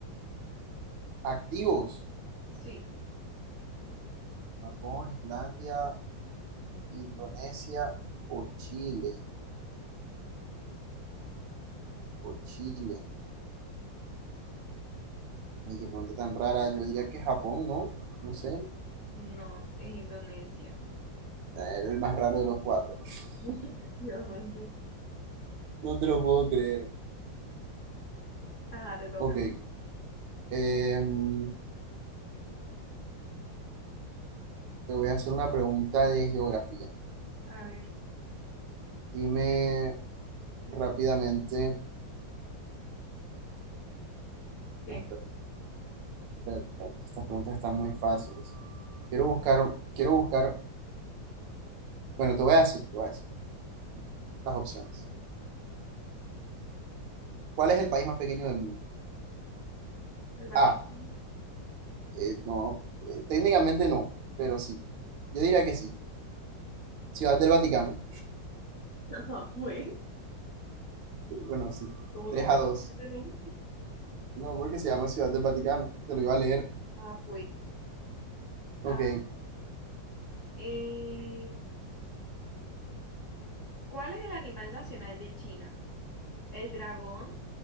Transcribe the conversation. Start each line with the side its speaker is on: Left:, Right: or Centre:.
Right: Activos.
Left: Sí.
Right: Japón, Islandia, Indonesia o Chile. O Chile. Ay, qué pregunta tan rara. Yo diría que Japón, ¿no? No sé.
Left: No, es Indonesia.
Right: Era el más raro de los cuatro. <laughs>
Left: <laughs> Efectivamente.
Right: No te lo puedo creer.
Left: Ah, te toca.
Right: Ok. em, te voy a hacer una pregunta de geografía.
Left: A ver,
Right: Dime rápidamente.
Left: ¿qué?
Right: Espérate, espérate, espérate, Estas preguntas están muy fáciles. Quiero buscar, quiero buscar. Bueno, te voy a decir, te voy a decir las opciones. ¿Cuál es el país más pequeño del mundo?
Left: El Vaticano.
Right: A. eh, no, eh, técnicamente no, pero sí. Yo diría que sí. Ciudad del Vaticano.
Left: Ajá, pues.
Right: Bueno, sí.
Left: ¿Cómo
Right: 3
Left: que tanto
Right: a 2.
Left: tenemos?
Right: No, porque se llama Ciudad del Vaticano. Te lo iba a leer.
Left: Ah, pues.
Right: Ok.
Left: Ah,
Right: El
Left: eh, ¿cuál es el animal nacional de China? ¿El dragón?